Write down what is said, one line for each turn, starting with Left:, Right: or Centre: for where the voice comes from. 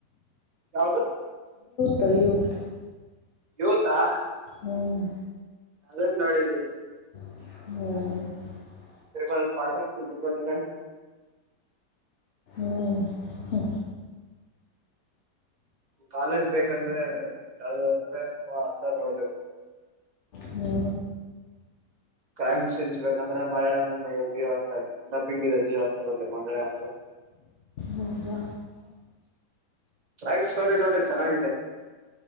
Right: ಯಾವದು
Left: ತ್ ಯೂಥ್
Right: ಯೋತಾ
Left: ಹ್ಮ್
Right: ಅದನ್ ನೋಡಿದ್ದೀಿನಿ
Left: ಹ್ಮ್
Right: <unintelligible>
Left: ಹ್ಮ ಹ
Right: ಕಾಲೇಜ್ ಬೇಕಂದ್ರೆ ಯಾವ್ದ ಅ್ರೆ ಹತ್ತ ನೋಡ್ಬೇಕು
Left: ಹ್ಞೂ
Right: ಕ್ರೈಮ್ ಚೇಂಜಚ್ ಬೇಕಂದ್ರೆ ಮಾಳ <unintelligible>
Left: ಹೌದಾ
Right: ೈಮ್ ಸೋರಿ ನೋಡ್ರಿ ಚೆನ್ನಾಗಿದೆ